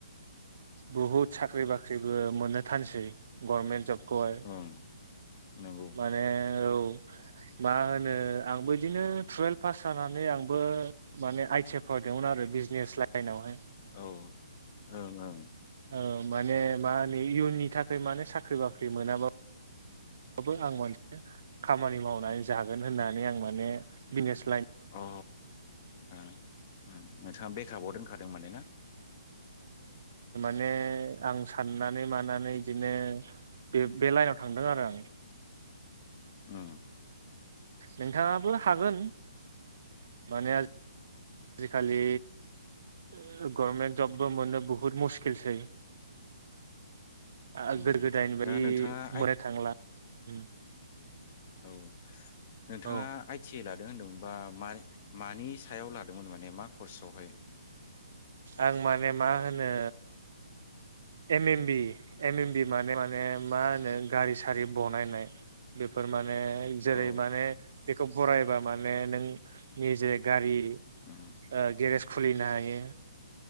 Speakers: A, on the right (about 60°); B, on the left (about 40°).
A: बहुत साख्रि बाख्रिबो मोनो। थानसै गभार्नमेन्ट जबखौहाय
B: ओं नंगौ
A: माने औ <inaudible> मा होनो आंबो इदिनो टुवेल्भ पास जानानै आंबो माने आइ टि आइ फरायदोंमोन आरो बिजनेस लाइनवहाय
B: औ ओं
A: औ माने मा होनो इयुननि थाखाय माने साख्रि बाख्रि मोनाब्ला बो आं मानसे खामानि मावनानै जागोन होननानै आं माने बिनेस
B: अ अ ओ नोंथाङा बेकआपआव दोनखादों माने ना?
A: नो आं साननानै मानानै बिदिनो बे बे लाइनाव थांदों आरो आं।
B: अ
A: नोंथाङाबो हागोन माने आजिखालि गभर्मेन्ट जबबो मोननो बहुत मुस किलसै ओ
B: उम
A: गोदो गोदायनि
B: दा
A: बायदि
B: नोंथाङा आइ
A: मोननो थांला। उम
B: औ नोंथाङा
A: औ
B: आइ टि आइ लादों होनदोंमोन। बा मा मानि सायाव लादोंमोन माने मा खर्सआवहाय?
A: आं माने मा होनो M M B M M B माने माने मा होनो गारि सारि बनायनाय बेफोर मा ने जेरै
B: औ
A: माने‌ बे खौ बरायबा माने नों निजे गारि ओ
B: औ
A: गेरेश खुलिनो हायो।